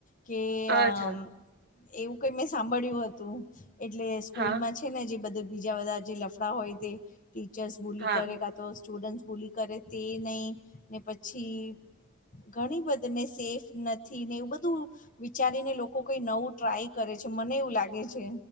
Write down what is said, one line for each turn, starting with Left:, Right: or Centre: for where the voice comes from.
Left: કે
Right: હા
Left: અમ્મ
Right: અચ્છા
Left: એવું કંઈ મેં સાંભળ્યું હતું. એટલે સ્કૂલમાં
Right: હા
Left: છેને જે બધા બીજા બધા જે લફડા હોય તે ટીચર્સ બૂલી
Right: હા
Left: કરે, કાં તો સ્ટુડન્ટ્સ બૂલી કરે, તે નહીં. ને પછી ઘણી બધી ને સેફ નથી ને એવું બધું વિચારીને લોકો કંઈ નવું ટ્રાય કરે છે, મને એવું લાગે છે.